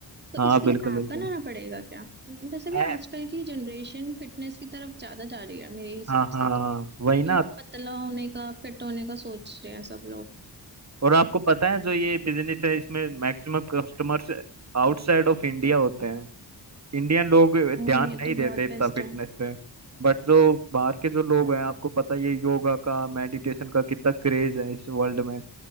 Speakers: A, on the right; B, on the right.
A: तो
B: हाँ
A: इसके
B: बिल्कुल
A: लिए ऐप
B: बिल्कुल
A: बनाना पड़ेगा क्या वैसे भी
B: ऐप
A: आजकल की जनरेशन फिटनेस की तरफ ज्यादा जा रही है मेरे हिसाब
B: हाँ हाँ
A: से तो
B: हाँ, वही
A: क्यों
B: ना
A: ना पतला होने का फिट होने का सोच रहे हैं सब लोग
B: और आपको पता है जो ये बिजनेस है इसमें maximum customers outside of India होते हैं इंडियन लोग
A: ओह
B: ध्यान
A: ये
B: नहीं
A: तो
B: देते
A: बहुत
B: इतना
A: बेस्ट
B: फिटनेस
A: है
B: पे बट जो बाहर के जो लोग हैं आपको पता ही है ये योगा का मेडिटेशन का कितना क्रेज है इस वर्ल्ड में